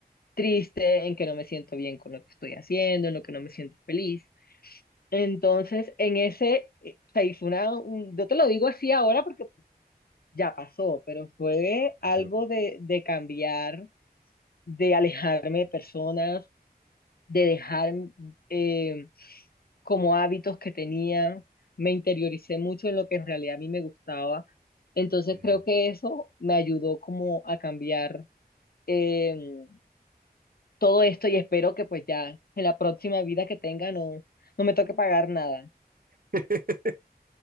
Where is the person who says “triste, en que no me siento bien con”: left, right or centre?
Left